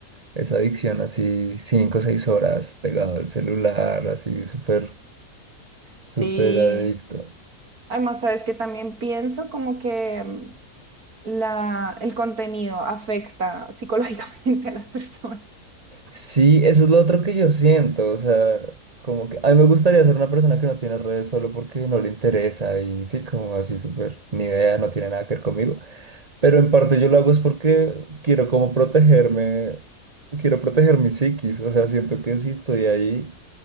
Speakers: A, on the right; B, on the right.
A: esa adicción así cinco o seis horas pegado al celular, así súper
B: Sí.
A: Súper adicto.
B: Además, sabes que también pienso como que mm, la, el contenido afecta psicológicamente <laughs> a las personas.
A: Sí, eso es lo otro que yo siento, o sea, como que a mí me gustaría ser una persona que no tiene redes solo porque no le interesa y sí, como así súper, ni idea, no tiene nada que ver conmigo, pero en parte yo lo hago es porque quiero como protegerme, quiero proteger mi psiquis, o sea, siento que si estoy ahí